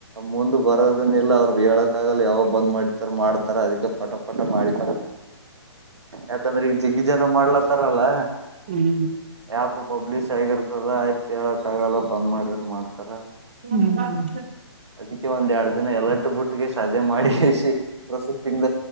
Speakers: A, on the right; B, on the right.
A: ಮುಂದ ಬರೋದನಿಲ್ಲ ಅವ್ರುಗ್ ಹೇಳಕ್ಕಾಗಲ್ಲ ಯಾವಾಗ ಬಂದ್ ಮಾಡಿತಾರ ಮಾಡ್ತಾರ ಅದಕ್ಕೆ ಪಟ ಪಟ ಮಾಡಿಕ. ಯಾಕಂದ್ರೆ ಈಗ ಜಿಗ್ಗಿ ಜನ ಮಾಡ್ಲಾತರಲ್ಲ
B: ಹ್ಮ್
A: ಯಾಪು. ಪಬ್ಲಿಷ್ ಆಗಿರ್ತದ ಆಯ್ತು ಹೇಳಕ್ ಆಗಲ್ಲ ಬಂದ್ ಮಾಡಿದ್ರ ಮಾಡ್ತಾರ.
B: ಹ್ಮ್ ಹ್ಮ ಹ್ಮ.
A: ಅದಕ್ಕೆ ಒಂದ ಎರಡು. ಇದನ್ನ ಎಲಟ್ಟು ಬಿುಟ್ಟಿಗೆ ಸಾದೆ ಮಾಡಿ. ಕ ಸಿಿ ಪ್ರೊಸೆಸಿಂಗ್.